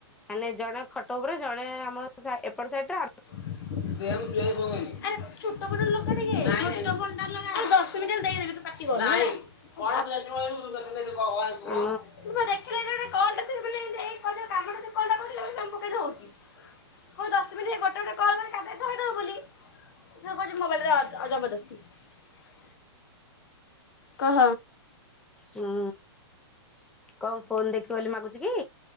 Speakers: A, in the centre; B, on the left.
A: ମାନେ ଜଣେ ଖଟ ଉପରେ ଜଣେ ଆମ ଏପଟ ସାଇଟରେ
B: ଛୋଟ ବଟ ଲୋକ ଦଶ ମିନିଟ ଦେଇଦେବି ତୁଟି ୁହ ଦେଖିଲ
A: ହଁ
B: ଗଟେ କ କ ହଉ କୋଶିନ ଗୋଟେ ଗ <unintelligible> ଥୋଇଦବ ବୋଲି ସେଥିରେ କହୁଚି ମୋବାଇଲ୍ ଟା ଜବରଦସ୍ତି କହ
A: ହୁଁ କଣ? ଫୋନ୍ ଦେଖି ବୋଲି ମାଗୁଛି କି